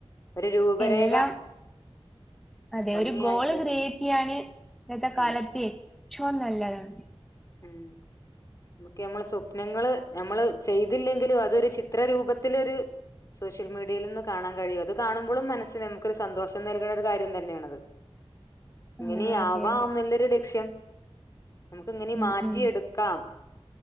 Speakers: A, on the left; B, in the centre.
A: ഒരു രൂപരേഖ
B: എല്ലാം അതെ
A: ഭംഗിയായിട്ട്
B: ഒരു ഗോള് ക്രിയേറ്റ്യ്യാന് ന്നത്തെ കാലത്തെ
A: അതെ
B: ചോ നല്ലതാണ്
A: ഉം നമുക്കെ മ്മളെ സ്വപ്നങ്ങള് നമ്മള് ചെയ്തില്ലെങ്കിലും അതൊരു ചിത്രരൂപ ത്തിലൊരു സോഷ്യൽ മീഡിയ ന്തേലൊന്ന് കാണാൻ കഴിയും അത് കാണുമ്പളും മനസ്ന് നമുക്കൊരു സന്തോഷം നൽകുന്നരു കാര്യം തന്നെയണത് ഇങ്ങനെയാവാം
B: ആ അതെ അതെ
A: എന്നല്ലരു ലക്ഷ്യം നമു എങ്ങനെ
B: ഉം
A: മാറ്റിയെടുക്കാം
B: ഉം